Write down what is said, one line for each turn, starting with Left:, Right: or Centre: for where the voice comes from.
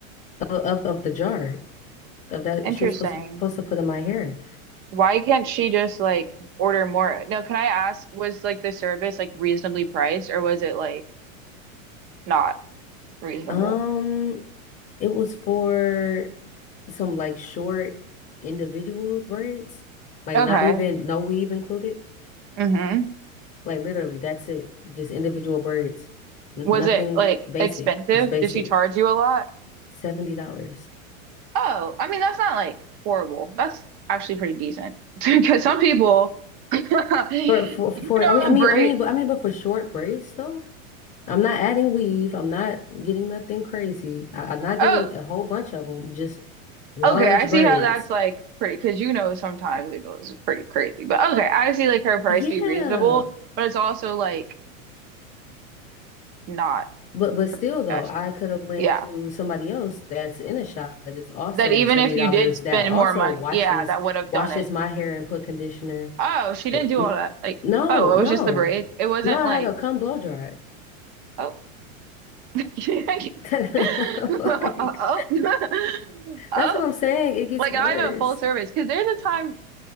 Left: of of, of the jar of that
Right: Interesting.
Left: she was supposed to supposed to put in my hair.
Right: Why can't she just like order more? No, can I ask, was like the service like reasonably priced or was it like not reasonable?
Left: Um, it was for some like short individual braids, like
Right: Okay.
Left: not even no weave included.
Right: Mm-hmm.
Left: Like literally, that's it. Just individual braids, N
Right: Was
Left: nothing
Right: it like
Left: basic.
Right: expensive?
Left: It's basic.
Right: Did she charge you a lot?
Left: $70.
Right: Oh, I mean, that's not like horrible. That's actually pretty decent. <laughs> Because some people, <laughs> you
Left: For, for for
Right: know,
Left: I mean I mean
Right: break.
Left: I mean but I mean but for short braids though. I'm not adding weave. I'm not getting nothing crazy. I, I'm not getting
Right: Oh,
Left: a whole bunch of them, just large
Right: okay. I see
Left: braids.
Right: how that's like pretty, because you know, sometimes it goes pretty crazy. But okay, I see like her price
Left: Yeah.
Right: be reasonable, but it's also like not
Left: But but still
Right: professional.
Left: though, I could have went
Right: Yeah.
Left: to somebody else that's in a shop that is also
Right: That even
Left: $70
Right: if you did spend
Left: that also
Right: more money,
Left: watches
Right: yeah, that would have
Left: washes
Right: done it.
Left: my hair and put conditioner
Right: Oh, she didn't
Left: It-
Right: do
Left: n-
Right: all that. Like,
Left: no,
Right: oh,
Left: no,
Right: it was just the braids. It wasn't
Left: no. I
Right: like,
Left: had a cum blow dry.
Right: oh, <laughs>
Left: <laughs>
Right: oh,
Left: Like
Right: <laughs> oh,
Left: that's what I'm saying. It gets
Right: like
Left: worse.
Right: not even full service. Because there's a time,